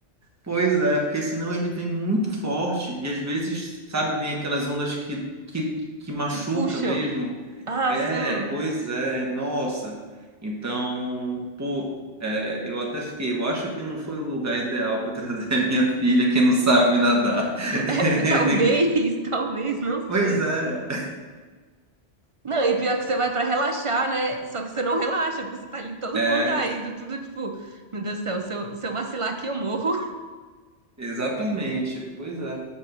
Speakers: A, on the right; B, on the right.
A: Pois é, porque senão ele vem muito forte e às vezes, sabe, vem aquelas ondas que, que, que machuca
B: Te puxam.
A: mesmo.
B: Ah,
A: É,
B: sim.
A: pois é, nossa. Então, pô, é, eu até fiquei, eu acho que não foi o lugar ideal para <laughs> trazer a minha filha que não sabe nadar.
B: É,
A: <laughs>
B: talvez, <laughs> talvez não
A: Pois
B: seja.
A: é,
B: Não, e pior que você vai pra relaxar, né? Só que você não relaxa, porque você tá ali todo
A: é,
B: contraído, tudo tipo, meu Deus do céu, se eu, se eu vacilar aqui, eu morro.
A: exatamente, pois é.